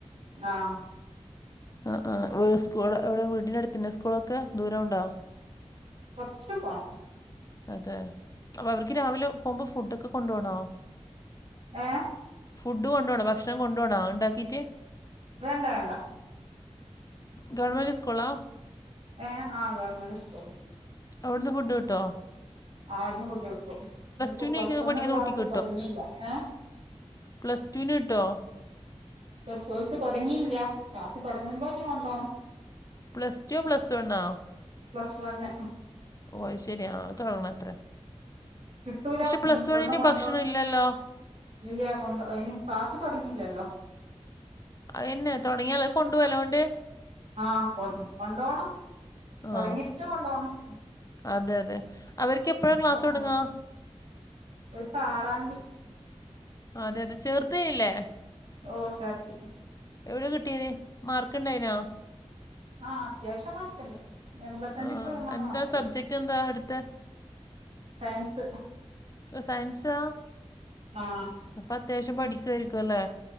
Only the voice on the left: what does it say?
ആഹ് ആഹ് സ്കൂൾ എവിടെ വീടിൻ്റെ അടുത്തന്നെ സ്കൂളൊക്ക് ദൂരം ഒണ്ടോ
അതെ അപ്പൊ അവർക്ക് രാവിലെ പോകുമ്പോൾ ഫുഡ് ഒക്കെ കൊണ്ടു പോണോ
ഫുഡ് കൊണ്ട് പോണോ ഭക്ഷണം കൊണ്ടു പോണോ ഉണ്ടാക്കീയിട്ട്
ഗവൺമെൻറ് സ്കൂളാ
അവിടുന്ന് ഫുഡ് കിട്ടോ
ടുവിന്
പഠിക്കുന്ന
കുട്ടിക്ക്
പ്ലസ്റ്റുവിന് കിട്ടോ
പ്ലസ്ടു വോ പ്ലസ്‌ വൺണൊ
ഓഹ് അത് ശരിയാ തൊടങ്ങണം അത്രേ
പക്ഷെ പ്ലസ്
വണിന്
ഭക്ഷണം ഇല്ലല്ലോ
അതാന്നെ തോടങ്ങിയാല് അത് കൊണ്ട് പോവല്ലെ വെണ്ടിയെ
ആ
അതെ അതെ അവർക്ക് എപ്പോഴാണ്
ക്ലാസ്
തുടങ്ങുക
അതെ അതെ ചേർതേയില്ലെ
എവിടെയാണ് കിട്ടിയന് മാർക്ക് ഉണ്ടായിനോ
ആ
എന്താ
സബ്ജക്റ്റ് എന്താ അടുത്തെ
ഓഹ് സയൻസാ
അപ്പൊ അത്യാവശ്യം പഠിക്കായിരിക്കുല്ലേ